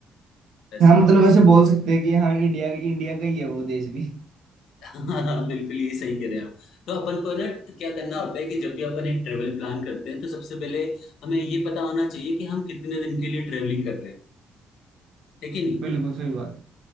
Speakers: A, on the left (about 75°); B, on the right (about 70°).
A: ऐसा
B: हाँ
A: है।
B: मतलब वैसे बोल सकते हैं कि हाँ इंडिया इंडिया का ही है वो देश भी
A: <laughs> हाँ बिल्कुल ये सही कह रहे हैं आप तो अपन को ना क्या करना होता है कि जब भी अपन एक ट्रेवल प्लान करते हैं तो सबसे पहले हमें ये पता होना चाहिए कि हम कितने दिन के लिए ट्रेवलिंग कर रहे हैं है कि नहीं
B: बिल्कुल सही बात